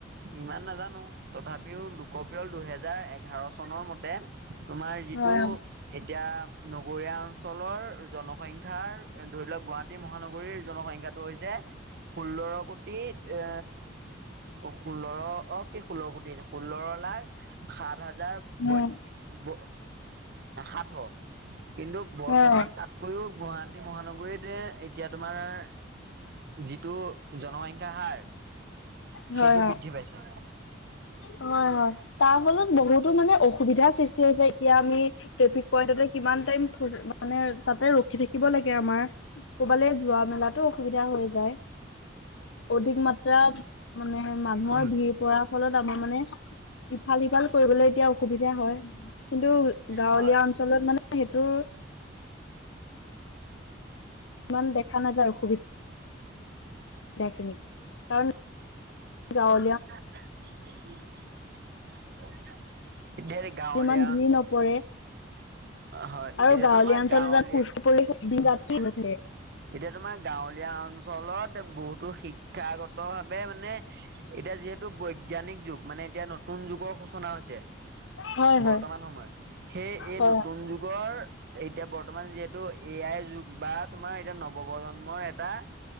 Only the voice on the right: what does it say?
ইমান নাজানো তথাপিও লোকপিয়ল দুহেজাৰ এঘাৰ চনৰ মতে তোমাৰ যিটো
এতিয়া নগৰীয়া অঞ্চলৰ জনসংখ্যাৰ ধৰি লওক গুৱাহাটী মহানগৰীৰ জনসংখ্যাটো হৈছে ষোল্ল কোটি এ ষোল্ল অ', কি ষোল্ল কোটি ষোল্ল লাখ সাত হাজাৰ বয়ত
সাতশ। কিন্তু বৰ্তমান
তাতকৈও গুৱাহাটী মহানগৰীতে এতিয়া তোমাৰ। যিটো জনসংখ্যা হাৰ
সেইটো বৃদ্ধি পাইছে।
হয়,
হয়।
<unintelligible> এ দেৰ গাঁৱলীয়া
হয়
এতিয়া
তোমাৰ
গাঁৱলীয়া
এতিয়া তোমাৰ গাঁৱলীয়া অঞ্চলত বহুতো শিক্ষাগত ভাৱে মানে এতিয়া যিহেতু বৈজ্ঞানিক যুগ মানে এতিয়া নতুন যুগৰ সূচনা হৈছে
বৰ্তমান সময়ত সেই এই
নতুন যুগৰ এতিয়া বৰ্তমান যিহেতু এ আইৰ যুগ বা তোমাৰ প্ৰজন্মৰ এটা